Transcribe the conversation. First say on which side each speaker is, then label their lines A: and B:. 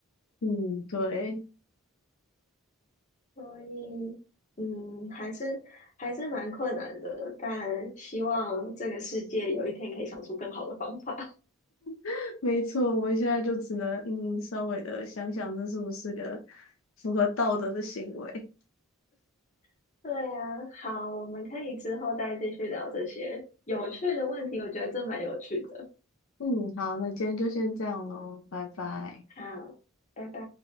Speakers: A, on the left (about 65°); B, on the left (about 35°).
A: 嗯，对，
B: 所以，嗯，还是还是蛮困难的，但希望这个世界有一天可以想出更好的方法。
A: <laughs> 没错，我现在就只能嗯稍微的想想这是不是个符合道德的行为。
B: <laughs> 对啊，好，我们可以之后再继续聊这些有趣的问题，我觉得这蛮有趣的。
A: 嗯，好，那今天就先这样喽，拜拜。
B: 好，拜拜。